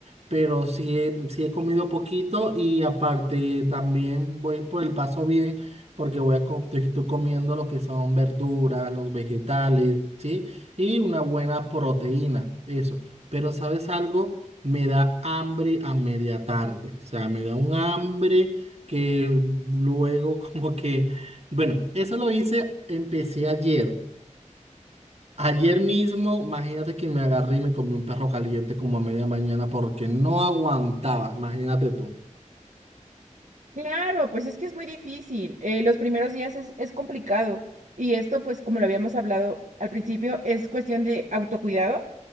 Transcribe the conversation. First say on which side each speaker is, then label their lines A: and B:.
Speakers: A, on the right; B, on the right.
A: pero sí he, sí he comido poquito y aparte también voy por el paso bien porque voy a, co- estoy comiendo lo que son verduras, los vegetales, ¿sí? Y una buena proteína, eso. Pero ¿sabes algo? Me da hambre a media tarde, o sea, me da un hambre que luego como que, bueno, eso lo hice, empecé ayer. Ayer mismo, imagínate que me agarré y me comí un perro caliente como a media mañana porque no aguantaba, imagínate tú.
B: Claro, pues es que es muy difícil. eh, los primeros días es, es complicado. Y esto, pues como lo habíamos hablado al principio, es cuestión de autocuidado.